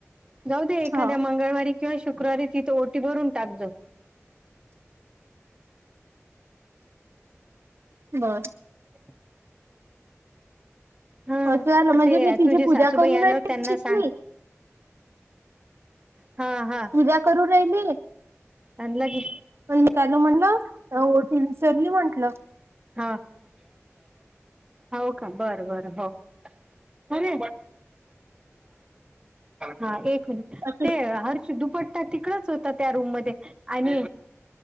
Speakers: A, on the right; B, on the right.
A: जाऊ दे एखाद्या
B: हो
A: मंगळवारी. किंवा शुक्रवारी तिथं ओटी भरून टाक जो.
B: बरं.
A: <inaudible> हा
B: <unintelligible> म्हणजे
A: ते
B: मी तिची
A: तुझे
B: पूजा
A: सासूबाई
B: करू
A: आल्यावर
B: <unintelligible>
A: त्यांना सांग हा हा.
B: पूजा करू राहिली.
A: आणला घे.
B: पण मी ताईना म्हटलं ओटी विसरली म्हंटलं.
A: हा, होका बर बर हो. अरे, हा एक कुणी
B: असं
A: ते हर्ष दुपट्टा तिकडच होतात. रूम मधे आणि,